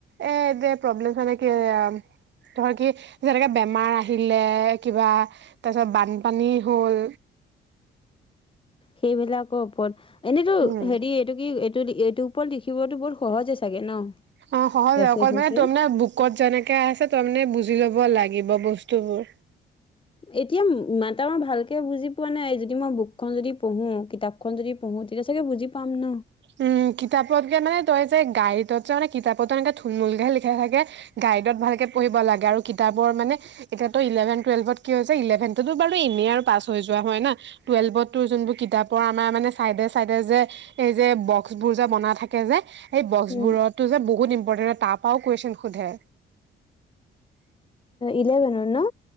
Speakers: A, on the right (about 65°); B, on the left (about 25°).
A: এ, এটোৱে, প্ৰব্লেমছ এনেকেই আউ ধৰ কি, যেনেকে বেমাৰ আহিলে কিবা তাৰপিছত বানপানী হ'ল
B: সেইভিলাকৰ ওপৰত এনেইতো
A: উম
B: হেৰি এইটো কি? এইটো লি, এইটোৰ ওপৰত লিখিবতো বহুত সহজে চাগে ন?
A: অ, সহজে,
B: এছে
A: অকল
B: চেছে
A: মানে তই মানে বুকত যেনেকে আছে, তই মানে বুজি ল'ব লাগিব বস্তুবোৰ।
B: এতিয়া ম ইমানটা মই ভালকে বুজি পোৱা নাই, যদি মই বুকখন যদি পঢ়ো, কিতাপ খন যদি পঢ়ো, তেতিয়া চাগে বুজি পাম ন?
A: উম, কিতাপতকে মানে তই যে গাইডত যে, মানে কিতাপত টো এনেকে থুলমুলকেহে লিখা থাকে। গাইডত ভালকে পঢ়িব লাগে, আৰু কিতাপৰ মানে এতিয়াাতো ইলেভেন টুৱেলভত কি হৈছে ইলেভেনতো বাৰু এনেই আৰু পাছ হৈ যোৱা হয় না। টুৱেলভ যোনবোৰ কিতাপৰ আমাৰ মানে চাইডে চাইডে যে। যে বক্স বোৰ যে বনাই থাকে, যে সেই বক্স
B: উম,
A: বোৰত। তটো বহুত ইম্পৰ্টেণ্ট তাৰ পৰাও কুৱেশ্যন হুধে
B: ইলেভেনৰ ন।